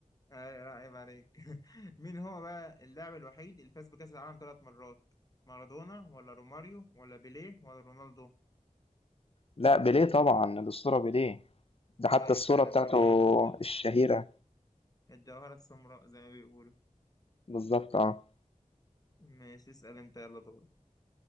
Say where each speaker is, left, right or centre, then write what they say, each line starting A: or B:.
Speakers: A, on the left; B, on the left.
A: أي لا عيب عليك <laughs> مين هو بقى اللاعب الوحيد اللي فاز بكأس العالم ثلاث مرات مارادونا ولا روماريو ولا بيليه ولا رونالدو
B: لا بيليه طبعا الأسطورة بيليه ده حتى
A: أيوة
B: الصورة
A: فعلا
B: بتاعته
A: بيليه الج-
B: الشهيرة
A: الجوهرة السمراء زي ما بيقولوا
B: بالظبط اه
A: ماشي اسأل أنت يلا دور